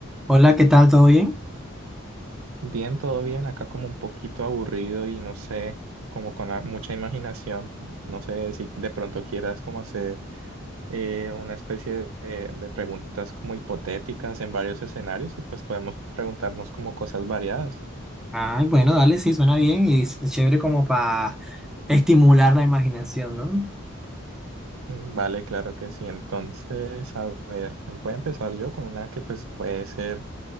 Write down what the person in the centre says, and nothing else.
Hola, ¿qué tal? ¿Todo bien?
Ay, bueno, dale, sí, suena bien y es chévere como para estimular la imaginación, ¿no?